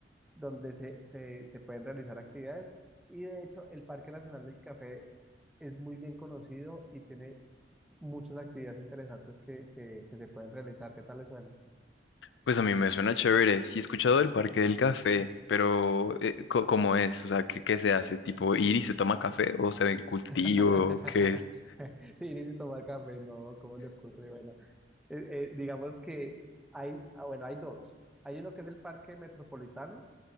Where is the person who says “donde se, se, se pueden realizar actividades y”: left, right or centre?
Centre